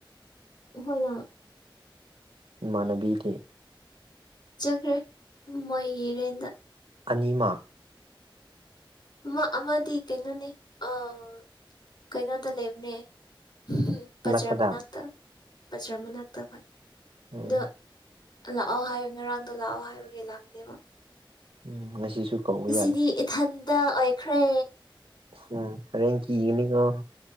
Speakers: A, on the left; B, on the right.
A: ꯑꯈꯣꯏꯗ
B: ꯏꯃꯥꯟꯅꯕꯤꯗꯤ
A: ꯆꯠꯈ꯭ꯔꯦ ꯃꯣꯏꯒꯤ ꯔꯦꯟꯠꯗ
B: ꯑꯅꯤꯃꯛ
A: ꯑꯃ ꯑꯃꯗꯤ ꯀꯩꯅꯣꯅꯦ ꯑꯥ ꯀꯩꯅꯣꯗ ꯂꯩꯕꯅꯦ ꯍꯝ ꯍꯝ ꯕꯖꯔꯥ
B: ꯑꯅꯛꯄꯗ
A: ꯃꯅꯥꯛꯇ ꯕꯖꯔꯥ ꯃꯅꯥꯛꯇ ꯍꯣꯏ
B: ꯎꯝ
A: ꯑꯗꯣ ꯂꯥꯛꯑꯣ ꯍꯥꯏ ꯉꯔꯥꯡꯗꯣ ꯂꯥꯛꯑꯣ ꯍꯥꯏꯕꯒꯤ ꯂꯥꯛꯄꯅꯦꯕ
B: ꯎꯝ ꯉꯁꯤꯁꯨ ꯀꯧꯕ
A: ꯉꯁꯤꯗꯤ
B: ꯌꯥꯗꯦ
A: ꯏꯊꯟꯗ ꯑꯣꯏꯈ꯭ꯔꯦ
B: ꯎꯝ ꯍꯣꯔꯦꯟ ꯀꯤꯒꯅꯤꯀꯣ